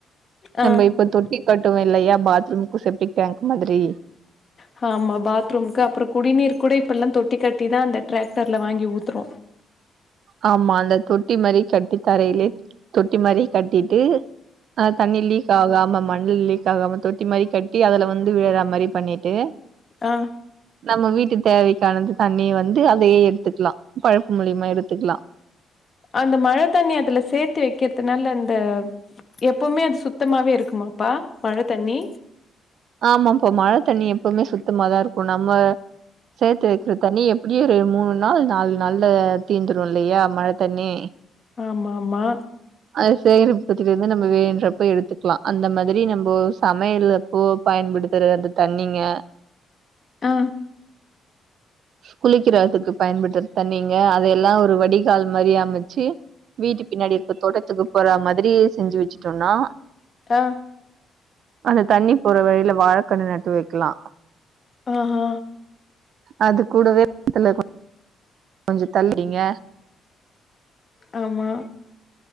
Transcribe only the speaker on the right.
நம்ம இப்ப தொட்டி கட்டுவோ இல்லயா பாத்ரூம்க்கு செப்டிக் டேங்க்கு மாதிரி
ஆமா அந்த தொட்டி மாரி கட்டி தரையிலயே தொட்டி மாரி கட்டிட்டு ஆ தண்ணி லீ க்காகாம மண்ல லீக் ஆகாம தொட்டி மாரி கட்டி அதுல வந்து விழுற மாரி பண்ணிட்டு
நம்ம வீட்டு தேவைக்கானது தண்ணி வந்து அதையே எத்துக்கலா பழுப்பு மூலியமா எடுத்துக்குலா
ஆமாப்பா மழ தண்ணி எப்போமே சுத்தமா தா இருக்கு நம்ம சேத்து வக்கிற தண்ணி எப் ப்டியேரு மூணு நாள் நாலு நாள்ல தீந்துரு இல்லையா மழ தண்ணி
அது செய்றப்பத்தேல இருந்து நம்ம வேனுன்றப்ப எடுத்துக்கலா அந்த மாதிரி நம்போ சமையல் அப்போ பயன்படுத்துற அந்த தண்ணிங்க
குளிக்கிறத்துக்கு பயன்படுத்துற தண்ணிங்க அதெல்லா ஒரு வடிகால் மாரி அமச்சு வீட்டு பின்னாடி இருக்க தோட்டத்துக்கு போற மாரி செஞ்சு வச்சுட்டோன்னா
அந்த தண்ணி போற வழில வாழக்கன்னு நட்டு வக்கலா
அது கூடவே பக்கத்துல கொஞ்சோ தள்ளிங்க